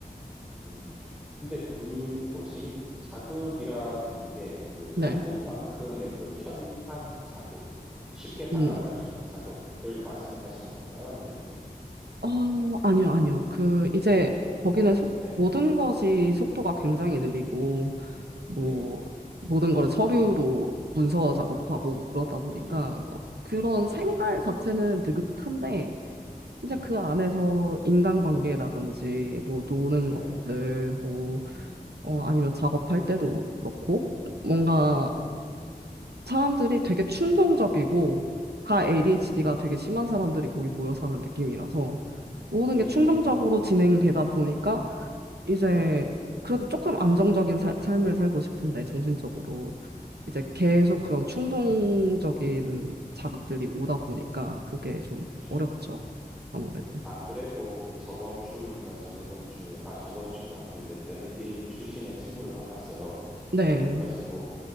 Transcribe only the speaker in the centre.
음. 근데 그 뭐지? 자극이라는 게 그 한국만큼의
그 편리한 자극, 쉽게 다가갈
수 있는 자극을 말씀을 하시는 건가요? 아니면은
네.
네네.
음.
음. 음.
그쵸.
음.
그쵸,
그쵸.
음.
음.
네네.
음.
음.
음 음.
음.
음.
음,
네네.
음.
음음.
그쵸.
안 그래도 저번 주인가 저저번 주에 아 저번 주다. 그 이제 베를린 출신의 친구를 만났어요. 그래
가지고